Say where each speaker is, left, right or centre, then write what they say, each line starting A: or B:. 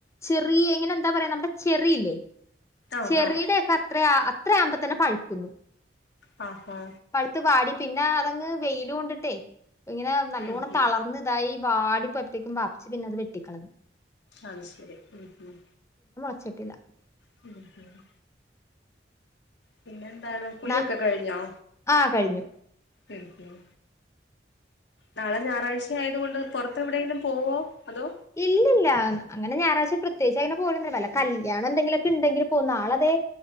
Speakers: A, on the left; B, on the left.
A: ചെറിയ എങ്ങനെ എന്താ പറയാ നമ്മുടെ ചെറിയില്ലേ
B: ആഹാ
A: ചെറിടെക്കെ അത്രയാ അത്രയാമ്പോ തന്നെ പഴുക്കുന്നു
B: ആ ആ
A: പഴുത്ത് വാടി പിന്നെ അതങ്ങ് വെയില് കൊണ്ടിട്ടേ ഇങ്ങനെ നല്ലോണ്ണം
B: ഉം ഉം
A: തളർന്ന് ഇതായി വാടി പ്പത്തെക്കും വാപ്പച്ചി പിന്നെ അത് വെട്ടിക്കളഞ്ഞു
B: അത് ശെരി ഉം ഉം
A: <unintelligible>
B: കുളിക്കാണ് പിന്നെ ന്താണ് കുളിയൊക്കെ
A: ന്നാ
B: കഴിഞ്ഞോ
A: ആ കഴിഞ്ഞു.
B: ഉം ഉം നാളെ ഞാറാഴ്ച ആയത് കൊണ്ട് പുറത്ത് എവിടെങ്കിലും പോവോ അതോ
A: ഇല്ലില്ല അങ്ങനെ ഞാറാഴ്ച പ്രത്യേകിച്ച് അങ്ങനെ പോവലൊന്നുല്ല വല്ല കല്യാണം എന്തെങ്കിലുക്കെണ്ടെങ്കില് പോവും നാളദേ